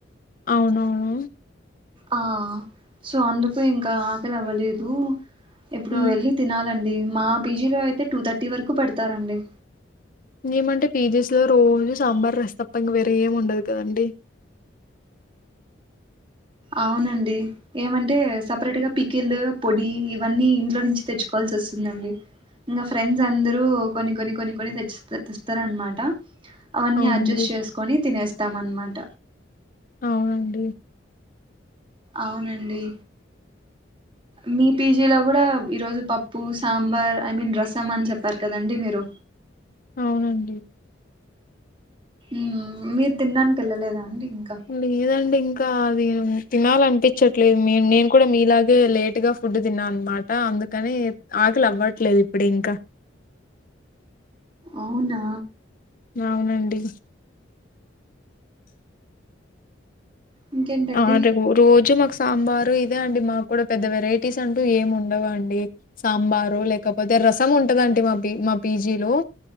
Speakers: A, on the left; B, on the right.
A: ఔనవును
B: ఆ సో అందుకు ఇంకా ఆకలవ్వలేదూ ఇప్పుడూ
A: హ్మ్.
B: వెళ్లి తినాలండీ మా పీజీలో ఐతే టూ థర్టీ వరకు పెడతారండి
A: ఏమంటే పీజెస్ లో రోజు సాంబార్ రసప్ప ఇంగ వేరే ఏం ఉండదు కదండి
B: ఔనండీ ఏమంటే సపరేట్గా పికిళ్లూ పొడీ ఇవన్నీ ఇంట్లో నుంచి తెచ్చుకోవాల్సి వస్తుందండి ఇంగ ఫ్రెండ్స్ అందరూ కొన్ని కొన్ని కొన్ని కొని తెచ్ తెస్తరన్మాట అవన్నీ
A: అవునండి.
B: అడ్జస్ట్ చేస్కొని తినేస్తాం అన్మాట
A: ఔనండి
B: ఔనండీ మీ పీజీలో గుడా ఈరోజు పప్పు సాంబార్ ఐ మీన్ రసం అన్ జెప్పార్ కదండి మీరు
A: ఔనండి
B: ఉహ్మ్ మీర్ తిన్డాన్ కెళ్ళలేదా అండి ఇంకా
A: లేదండింకా అదీం తినాలన్పిచ్చట్లేద్ మేన్ నేన్ కుడ మీలాగే లేటుగా ఫుడ్డు తిన్నా అన్మాటా అందుకనీ ఆకలవ్వట్లేద్ ఇప్పుడింకా
B: ఔనా
A: అవునండి
B: ఇంకేంటండి
A: ఆరెగూర్ రోజు మాక్ సాంబారు ఇదే అండి మాగ్గుడ పెద్ద వెరైటీస్ అంటూ ఏం ఉండవండీ సాంబారో లేకపోతే రసం ఉంటదంటి మా పి మా పీజీలో